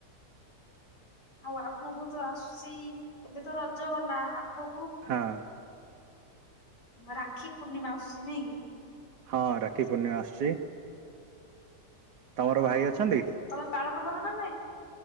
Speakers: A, on the left (about 75°); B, on the right (about 75°).
A: ଆଉ ଆଗକୁ ତ ଆସୁଚି, ଏବେ ତ ରଜ ଗଲା ଆଗ
B: ହଁ।
A: ରାକ୍ଷୀ ପୂର୍ଣ୍ଣିମା ଆସୁଛି ନାଇଁ କି?
B: ହଁ ରାକ୍ଷୀ ପୂର୍ଣ୍ଣିମା ଆସୁଛି। ତମର
A: ହଁ
B: ଭାଇ ଅଛନ୍ତି?
A: ତମେ ପାଳ <unintelligible> <inaudible> କରନା ନାଇଁ